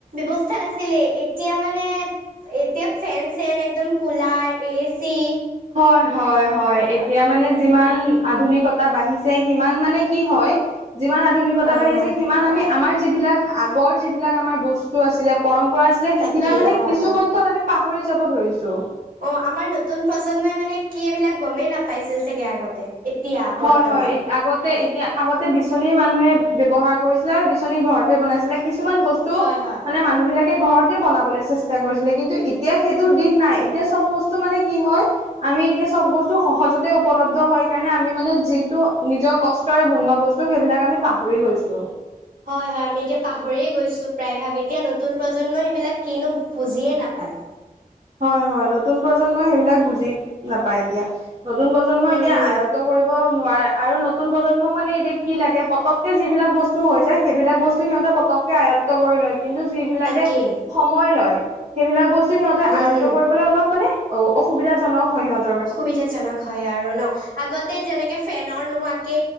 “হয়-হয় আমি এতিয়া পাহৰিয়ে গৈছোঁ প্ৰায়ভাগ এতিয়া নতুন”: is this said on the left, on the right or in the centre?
Right